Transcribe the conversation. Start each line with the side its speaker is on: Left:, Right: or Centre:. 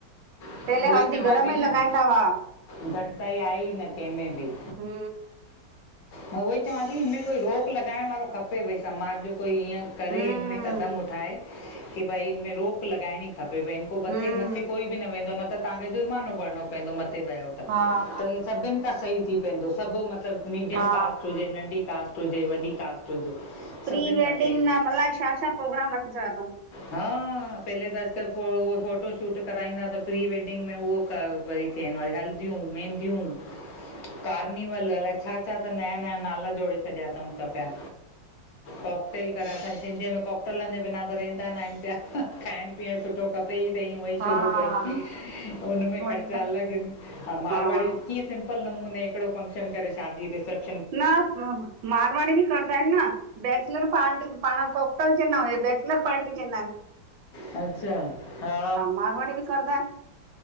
Left: उहो
Right: पहले हल्दी
Left: ई चवां
Right: घर
Left: थी
Right: में लॻाईंदा
Left: न
Right: हुआ
Left: घटिताई आई न कंहिंमें बि
Right: हूं
Left: मां उहोई चवां थी हिनमें कोई रोक लॻाइण वारो खपे भई समाज जो कोई ईंअं करे
Right: हम्म
Left: हिनमें कदम उठाए की भई हिनमें रोक लॻाइणी खपे बैं पो मथे
Right: हम्म
Left: मथे कोई बि न वेंदो न त तव्हांखे जुर्मानो भरिणो पइंदो मथे वयो त
Right: हा
Left: इ सभिनि खां सही थी पइंदो सभु मतलबु मीडियम
Right: हा
Left: कास्ट हुजे नंढी कास्ट हुजे, वॾी कास्ट हुजे
Right: प्री
Left: सभिनि
Right: वेडिंग
Left: खां सही
Right: न अलाए छा छा प्रोग्राम रखी सघंदा अथऊं
Left: हा, पहले त अजकल्ह फो उह फो फोटो शूट कराईंदा त प्री वेडिंग में उहो कर वरी थियनि वरी हल्दियूं मेंहंदियूं कार्निवल, अलाए छा छा त नया नयां नाला जोड़े छॾिया अथऊं त पिया कॉकटेल कर असांजे सिंधीअ में कॉकटलनि जे बिना त रहंदा न आहिनि पिया, खाइण पीअणु सुठो खपे ई संई हुअं ई
Right: हाँ
Left: शुरू खों ई हुन में
Right: वही
Left: ता
Right: त
Left: लॻनि, हा मारवाड़ी
Right: हाँ
Left: किंअ सिंम्प्ल नमूने हिकड़ो फंक्शन करे शादीअ ते सभु
Right: न म मारवाड़ी बि कंदा आहिनि न बैेचलर पार्टी पाण कोकटल चंइंदाऊँ हे बैचलर पार्टी चइंदा आहिनि
Left: अच्छा हा
Right: मारवाड़ी बि कंदा आहिनि